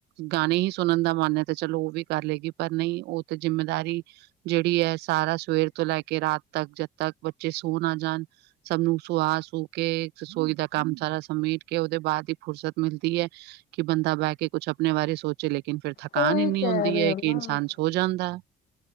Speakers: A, on the right; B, on the left.
A: ਗਾਣੇ ਹੀ ਸੁਣਨ ਦਾ ਮਨ ਹੈ ਤੇ ਚਲੋ, ਉਹ ਵੀ ਕਰ ਲਏਗੀ। ਪਰ ਨਹੀਂ ਉਹ ਤੇ ਜਿੰਮੇਦਾਰੀ, ਜਿਹੜੀ ਇਹ ਸਾਰਾ ਸਵੇਰ ਤੋਂ ਲੈ ਕੇ ਰਾਤ ਤੱਕ ਜਦ ਤੱਕ ਬੱਚੇ ਸੋ ਨਾ ਜਾਣ। ਸਭ ਨੂੰ ਸੁਆ ਸੂਉ ਕੇ ਰਸੋਈ ਦਾ ਕੰਮ ਸਾਰਾ ਸਮੇਟ ਕੇ ਉਹਦੇ ਬਾਅਦ ਹੀ ਫੁਰਸਤ ਮਿਲਦੀ ਹੈ। ਕਿ ਬੰਦਾ ਬੈ ਕੇ ਕੁਛ ਆਪਣੇ ਬਾਰੇ ਸੋਚੇ ਲੇਕਿਨ, ਫਿਰ ਥਕਾਨ
B: ਉਹੀ
A: ਏਨੀ
B: ਕਹਿ
A: ਹੁੰਦੀ
B: ਰਹੇ
A: ਐ
B: ਆ
A: ਕਿ
B: ਨਾ
A: ਇਨਸਾਨ ਸੋ ਜਾਂਦੈ।